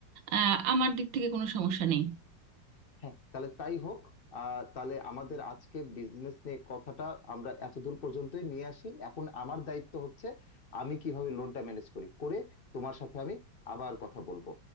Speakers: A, on the right; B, on the left.
A: আহ আমার দিক থেকে কোনো সমস্যা নেই
B: হ্যাঁ তাহলে তাই হোক আহ তাহলে আমাদের আজকে বিজনেস নিয়ে কথাটা আমরা এতদূর পর্যন্তই নিয়ে আসি এখন আমার দায়িত্ব হচ্ছে আমি কিভাবে লোনটা ম্যানেজ করি করে তোমার সাথে আমি আবার কথা বলবো